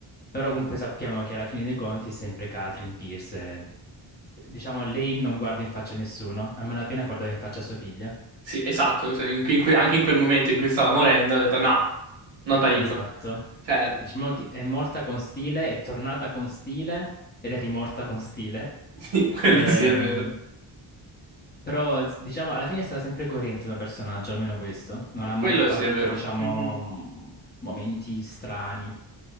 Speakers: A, on the left; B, on the right.
A: però comunque sappiamo che alla fine dei conti è sempre Catherine Pierce. e, Diciamo, lei non guarda in faccia a nessuno, a malapena guardava in faccia a sua figlia.
B: Sì, esatto, cioè, in- in que- anche in quel momento in cui stava morendo, ha detto no, non ti aiuto.
A: Esatto.
B: Cioè,
A: Diciamo che
B: mm,
A: è morta con stile, è tornata con stile ed è rimorta con stile.
B: <laughs> sì, quello
A: Ehm,
B: sì è vero.
A: però, s- diciamo, alla fine è stata sempre coerente come personaggio, almeno questo. Non ha
B: Quello
A: mai f-
B: sì
A: avuto,
B: è vero.
A: diciamo,
B: Mhm.
A: m- momenti strani,